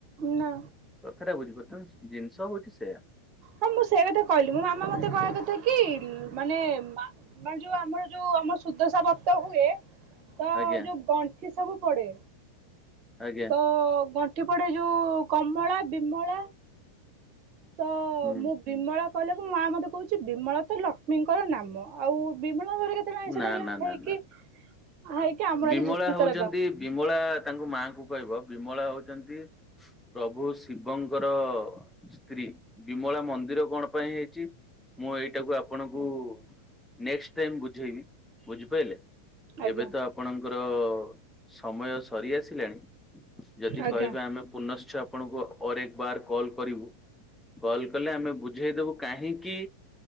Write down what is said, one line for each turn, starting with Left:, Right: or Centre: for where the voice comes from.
Right: ନା।
Centre: କଥାଟା ବୁଝି ପାରୁଛନ୍ତି ଜିନିଷ ହଉଛି ସେୟା।
Right: ହଁ ମୁଁ ସେଇ କଥା କହିଲି ମୋ ମାମା ମତେ କହିବା କଥା କି ମାନେ ମା ମାନେ ଯୋଉ ଆମର ଯୋଉ ଆମର ସୁଦଶା ବ୍ରତ ହୁଏ ତ
Centre: ଆଜ୍ଞା
Right: ଯୋଉ ଗ ଣ୍ଠି ସବୁ ପଡେ
Centre: ଆଜ୍ଞା
Right: ତ ଗ ଣ୍ଠି ପଡେ ଯୋଉ କମଳା ବିମଳା। ତ
Centre: ହୁଁ
Right: ମୁଁ ବିମଳା କହିଲାରୁ ମା ମତେ କହୁଛି ବିମଳା ତ ଲକ୍ଷ୍ମୀଙ୍କର ନାମ। ଆଉ ବିମଳ ପାଖରେ କେତେବେଳେ ଆଇଁଷ
Centre: ନା
Right: ଲାଗିଲା
Centre: ନା
Right: ହେଇକି।
Centre: ନା ନା
Right: ହେଇକି ଆମର
Centre: ବିମଳା
Right: ଆଜି ଯୁକ୍ତି
Centre: ହଉଛନ୍ତି
Right: ତରକ
Centre: ବିମଳା ତାଙ୍କ ମାଙ୍କୁ କହିବ ବିମଳା ହଉଛନ୍ତି। ପ୍ରଭୁ ଶିବଙ୍କର। ସ୍ତ୍ରୀ ବିମଳା ମନ୍ଦିର କଣ ପାଇଁ ହେଇଛି ମୁଁ ଏଇଟାକୁ ଆପଣଙ୍କୁ। ନେକ୍ସଟ୍ ଟାଇମ ବୁଝେଇବି। ବୁଝିପାଇଲେ
Right: ଆଜ୍ଞା
Centre: ଏବେ ତ ଆପଣଙ୍କର ସମୟ। ସରି ଆସିଲାଣି ଯଦି
Right: ଆଜ୍ଞା
Centre: କହିବାେ ଆମେ ପୁନଶ୍ଚ ଆପଣଙ୍କୁ ଅର ଏକ ବାର କଲ୍ କରିବୁ। କଲ୍ କଲେ ଆମେ ବୁଝେଇଦବୁ କାହିଁକି